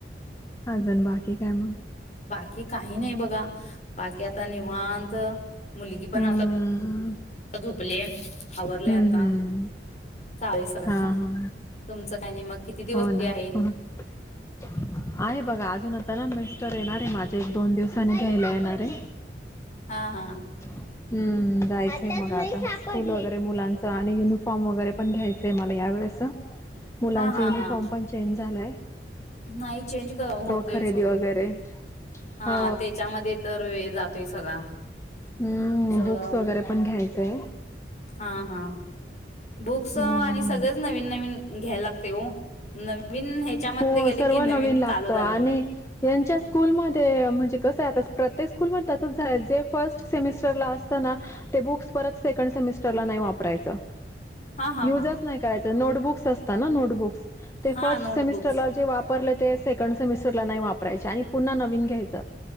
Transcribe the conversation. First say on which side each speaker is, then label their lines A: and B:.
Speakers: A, on the left; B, on the left.
A: हजण बाकी काय म्हन
B: की काही नाही बघ बाकीितानी भत मुलगी पण
A: हम्म
B: अस झुपले आवरले
A: हम्म
B: आता
A: हम्म
B: चावीस तुमचं
A: हा हा
B: काही नाही मग किती दिवस
A: हो
B: सुट्टी
A: ना
B: आहे
A: आहे बघा अजूनता ना बे तर येणारे माझ्या एक दोन दिवसाने घ्यायला येणारे
B: हा हा
A: हम्म जायचंय मग आता स्कूल वगैरे मुलांचं आणि युनिफॉर्म वगैरे पण घ्यायचंय मला या वेळेच मुलांच
B: हा हा
A: युनिफॉर्म
B: हा
A: पण चेंज झालंय
B: नाही चेंज होतयच
A: खरेदी
B: होतो
A: वगैरे
B: हा
A: हो
B: त्याच्यामध्ये तर वेळ जातोय सगळा
A: हम्म
B: सगळं
A: बुक्स वगैरे पण घ्यायचंय
B: हा हा बुक्स आणि
A: हम्म
B: सगळेच नवीन नवीन घ्या लागते हो नवीन ह्याच्यामध्ये
A: हो
B: गेले
A: सर्व
B: की
A: नवीन लागत
B: चालू झालं
A: आणि
B: वर्ग
A: यांच्या स्कूलमध्ये म्हणजे कस आहे आ प्रत्येक स्कल ममध्ये तसच आहे जे फर्स्ट सेमिस्टर ला बुत सेकंड सेमिस्टरला नाही वापरायचं
B: हा हा
A: युजच
B: हा हा
A: नाही करायच नोटबु बुक्स असत ना नोटबुक्स ते
B: हा
A: फर्ट
B: नोटबुक्स
A: समिस्टर लावजे वाप वापरले ते सेकंड सेमिस्टरला नाही वापरायचे आणि पुन्हा नवीन घ्यायच